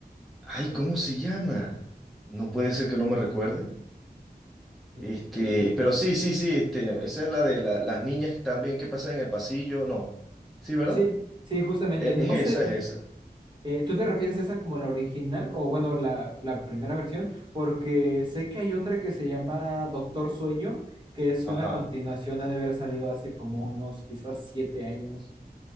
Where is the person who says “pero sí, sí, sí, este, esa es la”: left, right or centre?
Centre